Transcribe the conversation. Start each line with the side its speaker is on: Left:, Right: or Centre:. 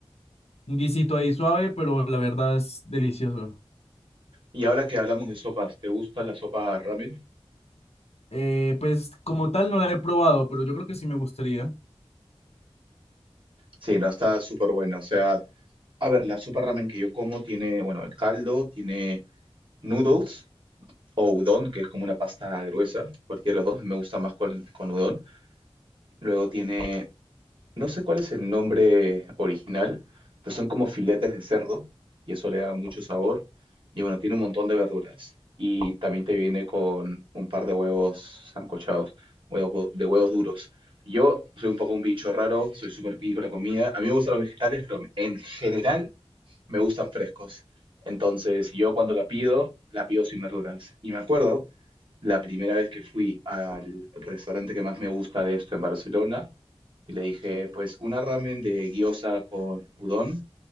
Left: Un guisito ahí suave, pero la verdad es delicioso.
Right: Y ahora que hablamos de sopas, ¿te gusta la sopa ramen?
Left: Eh, pues como tal no la he probado, pero yo creo que sí me gustaría.
Right: Sí, no, está súper buena. O sea, a ver, la sopa ramen que yo como tiene, bueno, el caldo, tiene noodles o udon, que es como una pasta gruesa, cualquiera de los dos, me gusta más con, con udon. Luego tiene No sé cuál es el nombre original, pero son como filetes de cerdo y eso le da mucho sabor. Y bueno, tiene un montón de verduras. Y también te viene con un par de huevos sancochados, huevos de huevos duros. Yo soy un poco un bicho raro, soy súper picky con la comida. A mí me gustan los vegetales, pero en general me gustan frescos. Entonces, yo cuando la pido, la pido sin verduras. Y me acuerdo, la primera vez que fui al restaurante que más me gusta de esto en Barcelona, y le dije, pues una ramen de gyoza con udon,